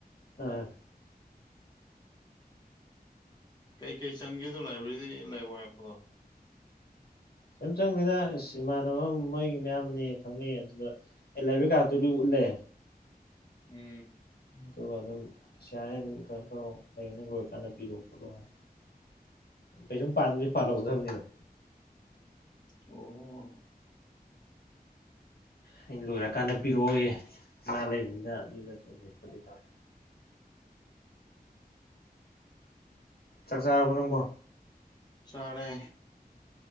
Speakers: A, on the left; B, on the left.
A: ꯎꯝ
B: ꯀꯩꯀꯩ ꯆꯪꯒꯦꯗꯣ ꯂꯥꯏꯕ꯭ꯔꯦꯔꯤ ꯂꯥꯏ ꯋꯥꯔꯛꯄꯗꯣ
A: ꯀꯩꯝ ꯆꯪꯅꯤꯗ ꯑ ꯏꯃꯥꯟꯅꯕ ꯃꯣꯏꯒꯤ ꯃꯌꯥꯝꯅꯦ ꯈꯪꯅꯩ ꯑꯗꯨꯗ ꯑꯦꯂꯥꯏꯕ ꯀꯥꯇꯨꯔꯤ ꯎꯂꯦ
B: ꯎꯝ
A: ꯑꯗꯨꯒ ꯑꯗꯨꯝ ꯄꯩꯥꯔꯦ ꯑꯗꯨꯝꯩꯅꯩꯅꯣ ꯍ ꯅꯪ ꯂꯣꯏꯔ ꯀꯥꯟꯗ ꯄꯤꯔꯣ ꯈꯣꯠꯂꯣ ꯍꯥꯏ ꯀꯩꯁꯨꯝ ꯄꯕꯤ ꯐꯂꯛꯗꯕꯅꯤꯅ
B: ꯑꯣ
A: ꯑꯩꯅ ꯂꯣꯏꯔ ꯀꯥꯟꯗ ꯄꯤꯔꯛꯑꯣꯏ ꯃꯥ ꯂꯩꯕꯅꯤꯅ ꯑꯗꯨꯗ ꯇꯧꯣ ꯇꯧꯋꯦ ꯆꯥꯛ ꯆꯥꯔꯕꯣ ꯅꯪꯕꯣ
B: ꯆꯔꯦ